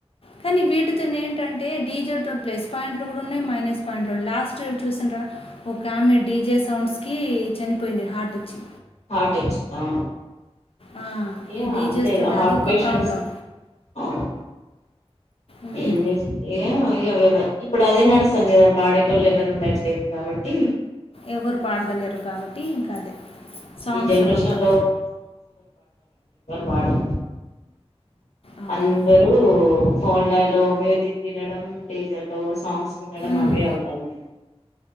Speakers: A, on the left (about 60°); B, on the left (about 80°).
A: కానీ వీటితోని ఏంటఆ ఏ డీజే తో ప్లేస్ పాయింట్ ప్లస్సులు ఉన్నాయి మైనస్ పాయింట్ లు ఉన్నయి లాస్ట్ ఇయర్ చూసిండ్రా ఒక ఆమె డీజే సౌండ్స్ కి చనిపో పోయింది హార్ట్ వచ్చి
B: హార్ట్ వచ్చి అవును
A: ఆ
B: ఇగ
A: ఈ డిజెస్
B: అంతే
A: తోటి
B: హార్ట్
A: అది ఒక
B: పేషెంట్స్
A: ప్రాబ్లం
B: అవును
A: ఉమ్,
B: ఏం చేస్తూ ఏమో ఇగ గాదె ఇప్పుడు అదే నడుస్తోంది కదా పాడేటోళ్ళు ఎవరు ఉండట్లేదు కాబట్టి
A: ఎవరు పాడుతలేరు కాబట్టి ఇంకా అదే సాంగ్స్
B: ఈ జనరేషన్
A: ఎ మొత్తం
B: వాడే
A: అవును
B: అందరూ ఫోన్ లైడ్లో లో మ్యూజిక్ వినడం డీజే డోస్ సాంగ్స్ వినడం
A: ఉమ్,
B: అవే అవుతాంది